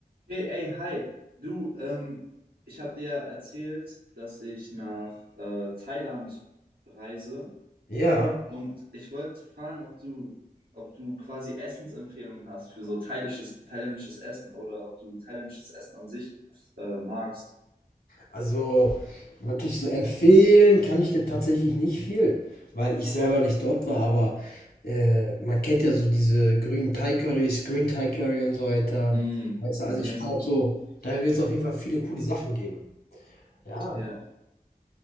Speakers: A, on the right; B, on the left.
A: Hey, ey, hi. Du, ähm, ich habe dir ja erzählt, dass ich nach äh, Thailand reise
B: Ja,
A: und ich wollte fragen, ob du, ob du quasi Essensempfehlungen hast für so thailändisches, thailändisches Essen oder ob du thailändisches Essen an sich äh, magst.
B: also wirklich so empfehlen kann ich dir tatsächlich nicht viel, weil ich selber nicht dort war, aber äh, man kennt ja so diese grünen Thai-Currys, Green Thai Curry und so weiter.
A: Mm,
B: Weißt du,
A: okay.
B: also ich glaube so, da wird es auf jeden Fall viele coole Sachen geben. Ja.
A: Ja,